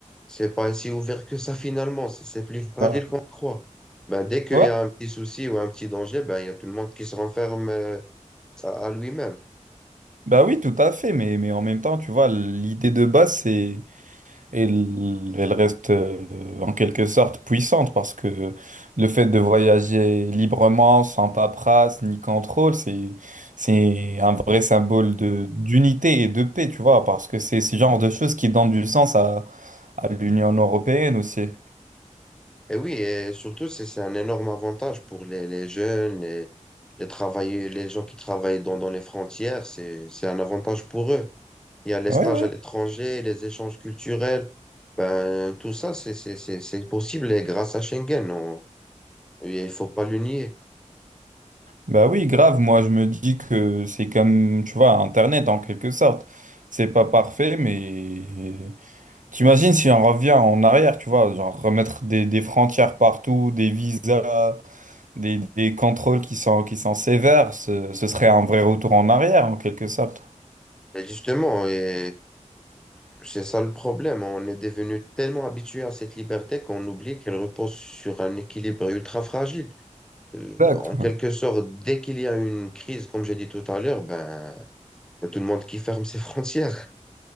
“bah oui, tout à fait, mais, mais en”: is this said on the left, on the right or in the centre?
Right